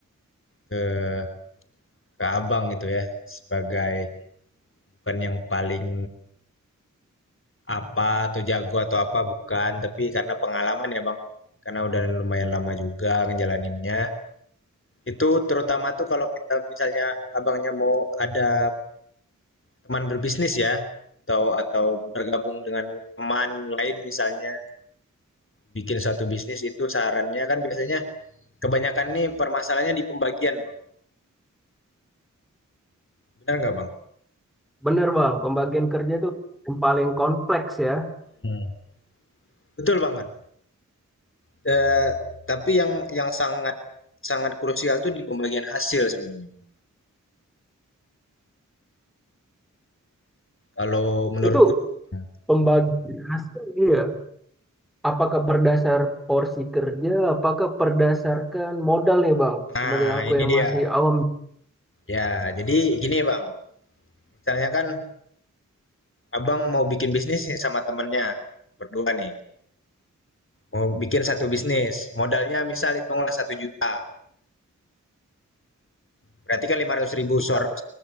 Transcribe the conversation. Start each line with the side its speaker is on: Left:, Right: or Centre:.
Left: ke ke Abang gitu ya, sebagai bukan yang paling apa atau jago atau apa bukan, tapi karena pengalaman ya Bang. Karena udah lumayan lama juga ngejalaninnya. Itu terutama tuh kalau kita misalnya Abangnya mau ada teman berbisnis ya, atau atau bergabung dengan teman lain misalnya bikin suatu bisnis itu sarannya kan biasanya kebanyakan nih permasalahannya di pembagian, Bang. Benar nggak, Bang?
Centre: Bener Bang, pembagian kerja itu yang paling kompleks ya.
Left: Hmm. Betul banget. Eh, tapi yang yang sangat sangat krusial tuh di pembagian hasil sebenarnya. Bang. Kalau menurutku
Centre: Itu
Left: itu, Bang.
Centre: pembagian hasil iya. Apakah berdasar porsi kerja, apakah berdasarkan modal nih Bang?
Left: Nah,
Centre: Sebagai aku
Left: ini
Centre: yang
Left: dia.
Centre: masih awam.
Left: Ya, jadi gini, Bang. Misalnya kan Abang mau bikin bisnis sama temennya berdua nih. Mau bikin satu bisnis, modalnya misal hitunglah satu juta berarti kan 500.000
Centre: Iya,
Left: sor